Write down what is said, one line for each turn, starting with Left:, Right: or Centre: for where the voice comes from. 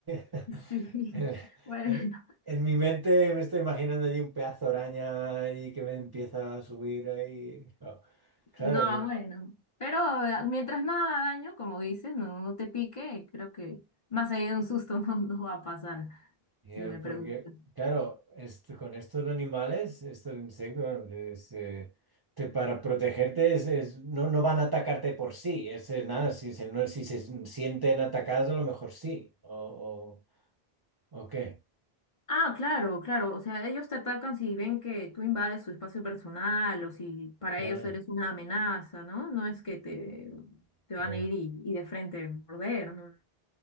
Right: <laughs>
Left: Sí,
Right: En,
Left: bueno.
Right: en- en mi mente me estoy imaginando allí un pedazo de araña allí que me empieza a subir ahí. Oh, claro,
Left: No,
Right: de-
Left: bueno. Pero eh, mientras nada haga daño, como dices, no, no te pique, creo que más allá de un susto <laughs> no, no va a pasar,
Right: y, eh,
Left: si me preguntas.
Right: porque, claro, esto- con estos animales, estos insectos, bueno, es, eh, te- para protegerte es, es- no, no van a atacarte por sí, es eh, nada, si se, no, si se sienten atacados a lo mejor sí, o, o, o qué.
Left: Ah, claro, claro. O sea, ellos te atacan si ven que tú invades su espacio personal o si para
Right: Claro,
Left: ellos eres una amenaza, ¿no? No es que te, te van
Right: ya,
Left: a ir y, y de frente a morder, ¿no?